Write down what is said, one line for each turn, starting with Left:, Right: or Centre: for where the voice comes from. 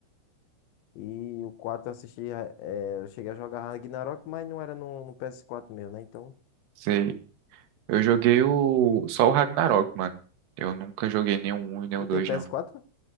Left: E o 4 eu assisti. é, eu cheguei a jogar Ragnarok, mas não era no, no PS4 meu, né? Então.
Right: Sei. Eu joguei o... só o Ragnarok, mano. Eu nunca joguei nem o 1 e nem
Left: Tu
Right: o 2,
Left: tem PS4?
Right: não.